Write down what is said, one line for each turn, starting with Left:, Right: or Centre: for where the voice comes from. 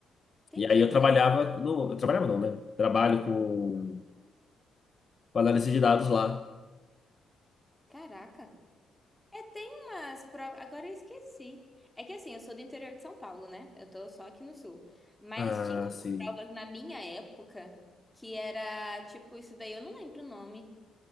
Centre: entendi,
Left: E aí eu
Centre: que
Left: trabalhava,
Centre: legal.
Left: no, eu trabalhava não, né? Trabalho com, com análise de dados lá.
Centre: Caraca. É, tem umas provas. Agora eu esqueci. É que assim, eu sou do interior de São Paulo, né? Eu tô só aqui no sul. Mas
Left: Ah,
Centre: tinha umas
Left: sim.
Centre: provas na minha época que era tipo isso daí, eu não lembro o nome.